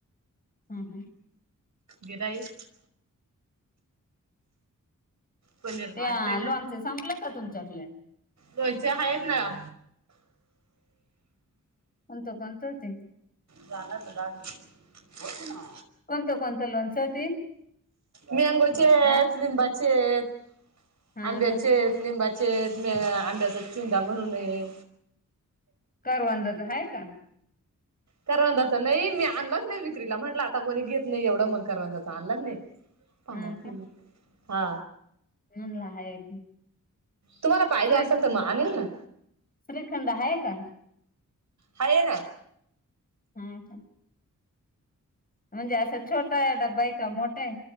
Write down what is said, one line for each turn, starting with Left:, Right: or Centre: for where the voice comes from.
Left: हम हम.
Right: गिराईक. पनीर मागते
Left: त्या लोणचे संपले का तुमच्यातले?
Right: लोनचे आहेत ना.
Left: कोणतं कोणतं होते?
Right: जा ना लाग बघ ना
Left: कोणतं कोणतं लोणचं होती
Right: मँगोचे आहेत.
Left: हा
Right: लिंबाचे आहेत.
Left: हा
Right: आंब्याचे
Left: का
Right: आहेत. लिंबाचे आहेत. आंब्याचा चुंदा म्हणूनय
Left: करवंदाच आहे का?
Right: करवंदाच नाही. मी आणलाच नाही विक्रीला म्हटलं आता कोणी घेत नाही एवढं मग करवंदाच आणलाच नाही. पाण्यातले
Left: हा का
Right: हा
Left: म्हणलं आहे
Right: तुम्हाला पाहिजे
Left: श्री
Right: असेल तर मग आणेन ना...
Left: श्रीखंड आहे का
Right: हाय ना
Left: <inaudible> म्हणजे असा छोटा आहे डब्बा आहे का मोठा आहे?